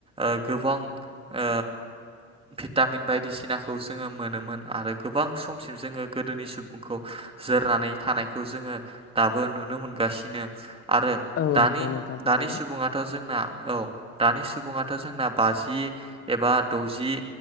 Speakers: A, on the right; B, on the left.
A: ओ गोबां ओ भिटामिन बायदिसिनाखौ जोङो मोनोमोन आरो गोबां समसिम जोङो गोदोनि सुबुंखौ जोरनानै थानायखौ जोङो दाबो नुनो मोनगासिनो। आरो
B: औ
A: दानि
B: नंगौ नोंथां थारैनो
A: दानि सुबुङाथ' जोंना औ दानि सुबुङाथ' जोंना बाजि एबा द'जि